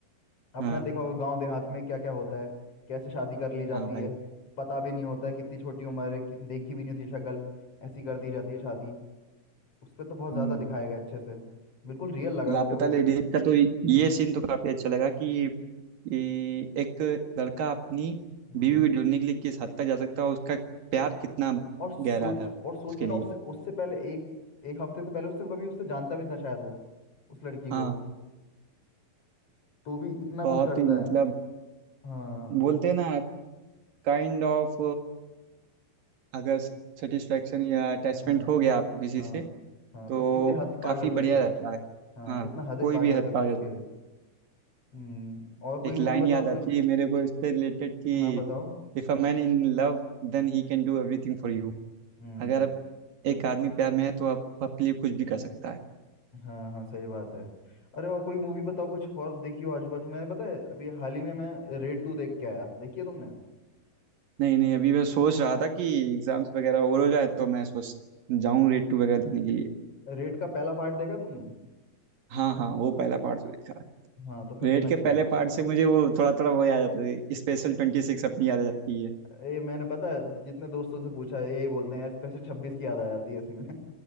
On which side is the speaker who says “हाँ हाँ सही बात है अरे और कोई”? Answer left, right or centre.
Left